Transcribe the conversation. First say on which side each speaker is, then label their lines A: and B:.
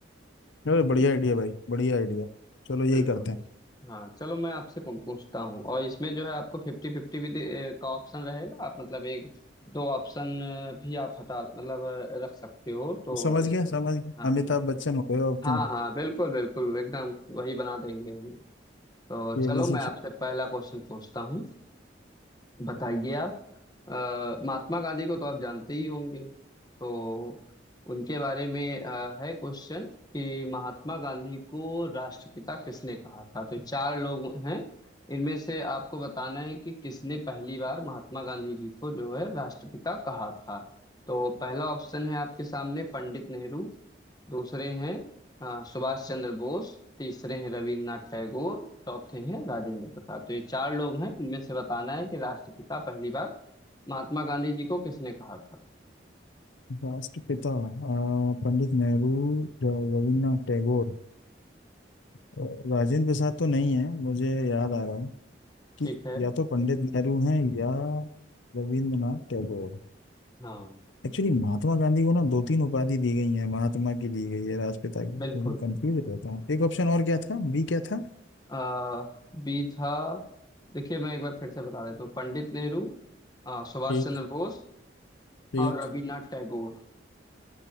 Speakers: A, on the left; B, on the left.
A: अरे बढ़िया आइडिया भाई बढ़िया आइडिया चलो यही
B: बिल्कुल
A: करते हैं
B: हाँ चलो मैं आपसे कौन पूछता हूँ और इसमें जो है आपको फिफ्टी फिफ्टी भी दे- ए, का ऑप्शन रहेगा आप मतलब एक दो ऑप्शन अ, भी आप हटा मतलब अ, रख सकते हो तो
A: समझ
B: इस
A: गया
B: तरह
A: समझ
B: से
A: गया
B: हाँ
A: अमिताभ बच्चन हो गए हो अब
B: हाँ
A: तुम
B: हाँ बिल्कुल बिल्कुल एकदम वही बना देंगे हम लोग तो
A: केबीसी
B: चलो मैं आपसे पहला क्वेश्चन पूछता हूँ बताइए आप अ, महात्मा गांधी को तो आप जानते ही होंगे तो उनके बारे में अ, है क्वेश्चन कि महात्मा गांधी को राष्ट्रपिता किसने कहा था तो चार लोग हैं इनमें से आपको बताना है कि किसने पहली बार महात्मा गांधी जी को जो है राष्ट्रपिता कहा था तो पहला ऑप्शन है आपके सामने पंडित नेहरू दूसरे हैं अ, सुभाष चंद्र बोस तीसरे हैं रविन्द्रनाथ टैगोर चौथे हैं राजेंद्र प्रसाद तो ये चार लोग हैं इनमें से बताना है कि राष्ट्रपिता पहली बार महात्मा गांधी जी को किसने कहा था
A: राष्ट्रपिता अ, पंडित नेहरू जो रविन्द्रनाथ टैगोर अ, राजेंद्र प्रसाद तो नहीं है मुझे याद आ रहा है कि
B: ठीक है
A: या तो पंडित नेहरू हैं या रविन्द्रनाथ टैगोर
B: हाँ
A: एक्चुअली महात्मा गांधी को ना दो तीन उपाधि दी गई है महात्मा की दी गई है राष्ट्रपिता की
B: बिल्कुल
A: तो मैं कंफ्यूज रहता हूँ एक ऑप्शन और क्या था बी क्या था
B: आ, बी था देखिए मैं एक बार फिर से बता देता हूँ पंडित नेहरू अ, सुभाष
A: ठीक
B: चंद्र बोस
A: ठीक
B: और रविन्द्रनाथ टैगोर